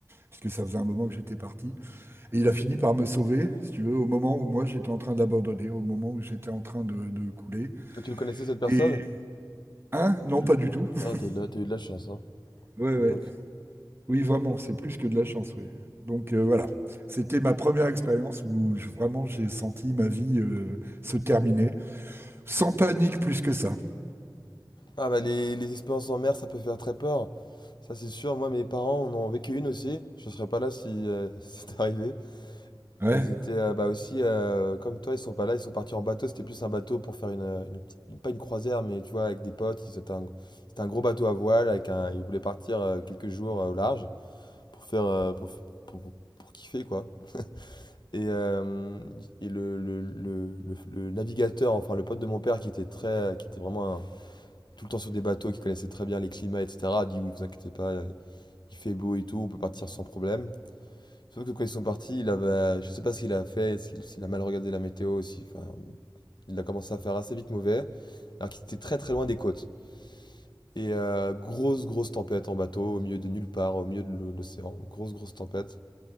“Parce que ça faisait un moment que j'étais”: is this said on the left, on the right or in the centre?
Right